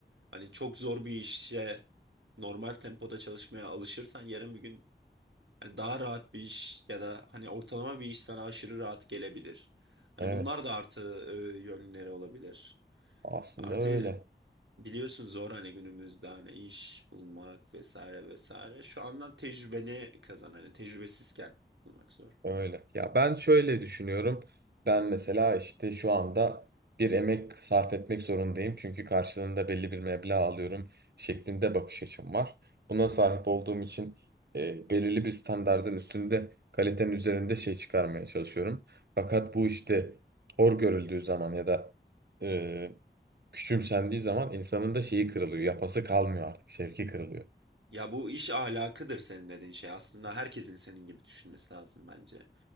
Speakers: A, on the right; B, on the right.
A: hani çok zor bir işe normal tempoda çalışmaya alışırsan yarın bir gün hani daha rahat bir iş ya da hani ortalama bir iş sana aşırı rahat gelebilir. Hani
B: evet
A: bunlar da artı e, yönleri olabilir.
B: aslında
A: Artı
B: öyle.
A: Biliyorsun zor hani günümüzde hani iş bulmak vesaire vesaire. Şu andan tecrübeni kazan hani tecrübesizken bulmak zor.
B: Öyle. Ya ben şöyle düşünüyorum. Ben mesela işte şu anda bir emek sarf etmek zorundayım. Çünkü karşılığında belli bir meblağ alıyorum şeklinde bakış açım var. Buna sahip olduğum için e, belirli bir standardın üstünde kalitenin üzerinde şey çıkarmaya çalışıyorum. Fakat bu işte hor görüldüğü zaman ya da e, küçümsendiği zaman insanın da şeyi kırılıyor. Yapası kalmıyor artık. Şevki kırılıyor.
A: Ya bu iş ahlakıdır senin dediğin şey. Aslında herkesin senin gibi düşünmesi lazım bence.